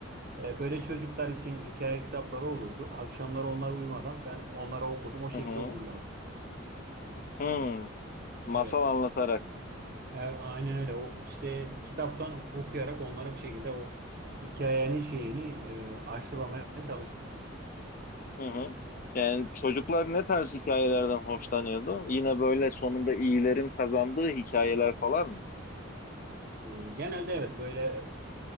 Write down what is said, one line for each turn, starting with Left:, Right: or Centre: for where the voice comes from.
Right: E, Böyle çocuklar için hikaye kitapları olurdu. Akşamları onlar uyumadan ben onlara okurdum. O şekilde
Left: Hı hı.
Right: uyurlardı.
Left: Hmm, Masal
Right: Evet.
Left: anlatarak.
Right: E, aynen öyle. O işte kitaptan okuyarak onlara bir şekilde o hikayenin şeyini e, aşılamaya çalıştım.
Left: Hı hı. Yani çocuklar ne tarz hikayelerden hoşlanıyordu? Yine böyle sonunda iyilerin kazandığı hikayeler falan mı?
Right: E, Genelde evet böyle